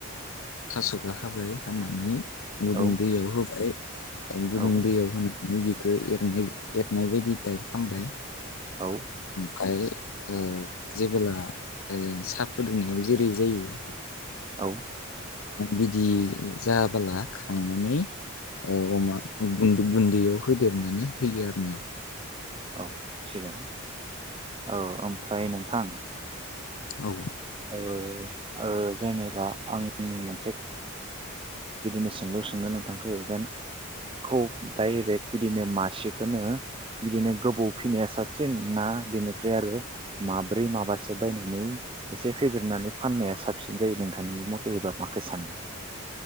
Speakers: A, on the left (about 70°); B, on the right (about 25°).
A: थासखो हाबाय हानानै गुदुं
B: औ
A: दैयाव होबाय गदुं
B: औ
A: दैयाव होन बिखौ एरनो नै बेदि टाइफ खामबाय
B: औ।
A: फाय ओम जेबोला साहा फुदुंनायाव जेरै जायो
B: औ।
A: बिदि जाबोला खांनानै औ अमा ओम गुन-गुन्दैयाव होदेरनानै होयो आरोना।
B: औ। थिगानो औ ओम फाय नोंथां
A: औ
B: औ। ओ जेनेबा आं मोनसे बिदिनो सोंलु सोंनो नोंथांखो जेन खौ डाइरेक्ट बिदिनो मासिखौनो बिदिनो गोबाव फिनाया साबसिन ना बेनिफ्राय आरो माब्रै माबासो बायनानै एसे फेदेरनानै फाननाया साबसिन जायो नोंथांनि मथे हबा माखो सानो?